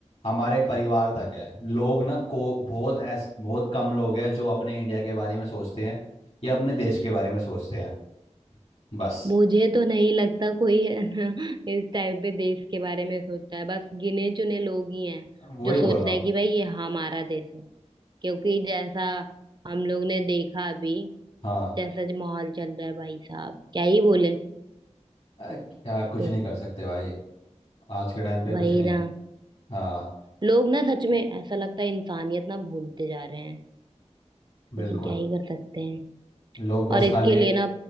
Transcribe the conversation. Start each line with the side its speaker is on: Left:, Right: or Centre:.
Left: हमारे परिवार तक है लोग ना को बहुत ऐस बहुत कम लोग हैं जो अपने इंडिया के बारे में सोचते हैं या अपने देश के बारे में सोचते हैं बस
Right: मुझे तो नहीं लगता कोई है ना, इस टाइप पे देश के बारे में सोचता है बस गिने चुने लोग ही हैं
Left: वही
Right: जो
Left: बोल
Right: सोच
Left: रहा
Right: रहे
Left: हूँ
Right: हैं कि भाई ये हमारा देश है क्योंकि जैसा हम लोग ने देखा अभी
Left: हाँ
Right: जैसा जो माहौल चल रहा है भाई साहब क्या ही बोले
Left: अ, क्या कुछ
Right: तो
Left: नहीं कर सकते भाई आज के टाइम पे
Right: वही
Left: कुछ नहीं
Right: ना
Left: है हाँ
Right: लोग ना सच में ऐसा लगता है इंसानियत ना भूलते जा रहे हैं लेकिन
Left: बिल्कुल
Right: क्या ही कर सकते हैं
Left: लोग बस
Right: और इसके
Left: खाली
Right: लिए ना